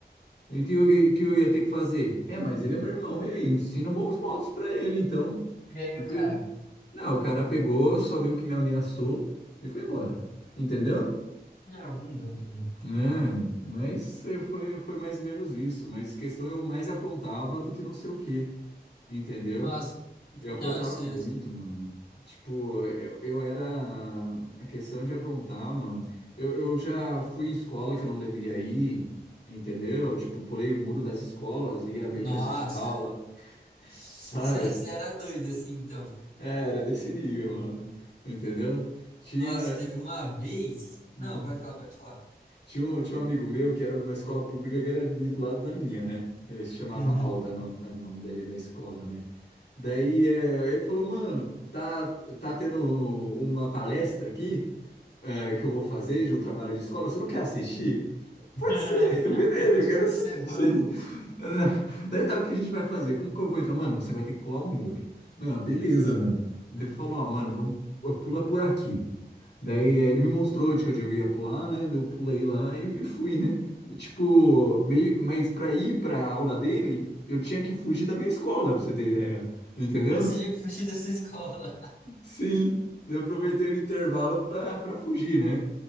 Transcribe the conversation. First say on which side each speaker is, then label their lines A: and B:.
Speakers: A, on the left; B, on the left.
A: E que eu, que eu ia ter que fazer? É, mas ele é meu irmão, e aí? Ensina bons modos pra ele, então.
B: E aí,
A: Porque.
B: o cara?
A: Não, o cara pegou, só meio que me ameaçou e foi embora. Entendeu?
B: Ah, bundão também.
A: É, mas eh, foi, foi mais ou menos isso. Mas questão eu mais aprontava do que não sei o que, entendeu?
B: Nossa.
A: Eu
B: Não,
A: aprontava
B: eu sei,
A: muito,
B: eu sei.
A: mano. Tipo, eu, eu era. A questão de aprontar, mano. Eu, eu já fui em escola que eu não devia ir, entendeu? Tipo, pulei o muro das escolas, ia meio
B: Nossa.
A: que assistir aula,
B: <laughs>
A: <laughs>
B: Você
A: sabe?
B: era doido assim, então.
A: É, era desse nível, mano. Entendeu? Tinha.
B: Nossa, teve uma vez.
A: hum,
B: Não, pode falar, pode falar.
A: Tinha um, tinha um amigo meu que era de uma escola pública que era ali do lado da minha, né? Ele se chamava
B: Uhum.
A: Alda, o nome, era o nome da, da escola, né? Daí eh, ele falou, mano, tá, tá tendo uma palestra aqui eh, que eu vou fazer de um trabalho de escola, você não quer assistir? Pode
B: <laughs>
A: ser, <laughs> beleza, eu quero
B: Pode
A: assistir
B: ser, vamos.
A: sim. <laughs> Daí tá, o que a gente vai fazer? Como que eu vou entrar? Mano, você vai ter que pular um muro. Não, beleza, mano. Daí falou, ó, mano, vamos, pula por aqui. Daí eh, ele me mostrou onde que eu devia pular, né? Daí Eu pulei lá e, e fui, né? E, tipo, meio, mas pra ir pra aula dele, eu tinha que fugir da minha escola, pra você ter ideia. Entendeu?
B: Primeiro você tinha que fugir dessa escola.
A: Sim. Daí Eu aproveitei o intervalo pra, pra fugir, né?